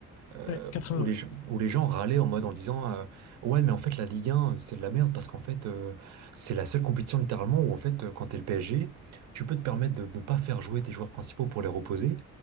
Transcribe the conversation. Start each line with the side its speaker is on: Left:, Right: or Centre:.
Right: euh,
Left: Ouais, vingts
Right: où les,
Left: ouais.
Right: gens- où les gens râlaient en mode en disant euh, ouais mais en fait la Ligue 1 c'est de la merde parce qu'en fait euh, c'est la seule compétition littéralement où en fait euh, quand t'es le PSG tu peux te permettre de de ne pas faire jouer tes joueurs principaux pour les reposer